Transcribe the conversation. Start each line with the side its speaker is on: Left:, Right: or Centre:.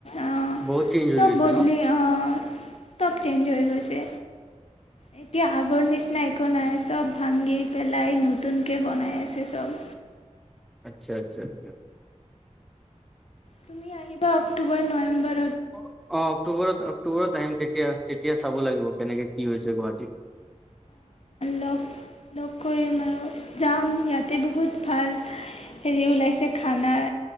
Left: অঁ,
Centre: বহুত চেঞ্জ হৈ
Left: চব
Centre: গৈছে
Left: বদলি
Centre: ন
Left: অঁ চব চেঞ্জ হৈ গৈছে। এতিয়া আগৰ নিচিনা একো নাই। চব ভাঙি পেলাই নতুন কে বনাই আছে চব।
Centre: আচ্ছা, আচ্ছা, আচ্ছা।
Left: তুমি আহিবা অক্টোবৰ, নৱেম্বৰ
Centre: অ', অক্টোবৰত অক্টোবৰত আহিম তেতিয়া তেতিয়া চাব লাগিব কেনেকে। কি হৈছে গুৱাহাটী।
Left: লগ লগ কৰিম আৰু। যাম ইয়াতে বহুত ভাল ঠাই হেৰি ওলাইছে খানাৰ